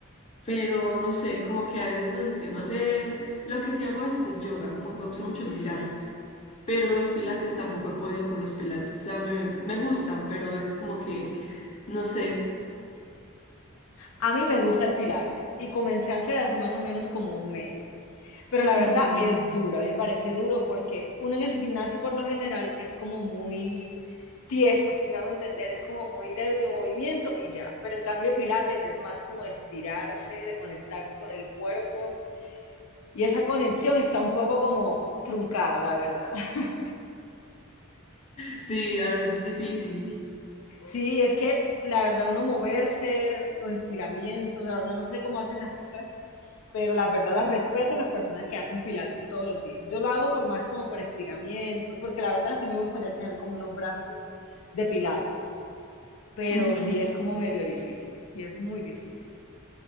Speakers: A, on the left; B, on the left.
A: pero no sé, como que a veces los empiezo a hacer. Lo que sí hago a veces es yoga, como que me gusta mucho
B: Mm,
A: estirar. Pero los pilates tampoco he podido con los pilates. O sea, me, me gustan, pero a veces como que, no sé.
B: a mí me gusta el pilates y comencé a hacer hace más o menos como un mes. Pero la
A: ujú.
B: verdad es duro, a mí me parece duro porque uno en el gimnasio por lo general es como muy tieso, si me hago entender, es como muy de, de movimiento y ya. Pero en cambio Pilates es más como de estirarse, de conectarse con el cuerpo y esa conexión está un poco como truncada, la verdad. <laughs>
A: Sí, a veces es difícil.
B: Sí, es que la verdad uno moverse, los estiramientos, la verdad no sé cómo hacen las chicas, pero la verdad las respeto a las personas que hacen pilates todos los días. Yo lo hago por más como por estiramientos, porque la verdad sí me gustaría tener como unos brazos de pilates, pero
A: Ujú.
B: sí es como medio difícil, sí es muy difícil.